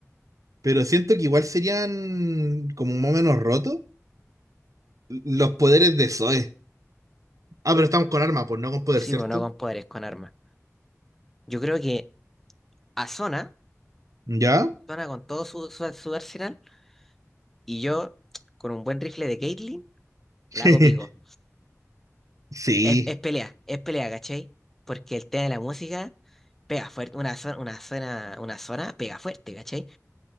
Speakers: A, on the right (about 85°); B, in the centre.
A: Pero siento que igual serían como más o menos rotos los poderes de Zoe. Ah, pero estamos con arma, pues no con poder,
B: Sí,
A: ¿cierto?
B: pero no con poderes, con armas. Yo creo que a Zona,
A: ¿Ya?
B: Zona con todo su, su, su arsenal, y yo con un buen rifle de Caitlyn, la
A: <laughs>
B: hago pico.
A: Sí,
B: Es, es pelea, es pelea, ¿cachai? Porque el tema de la música pega fuerte, una zona, una zona, una zona pega fuerte, ¿cachai?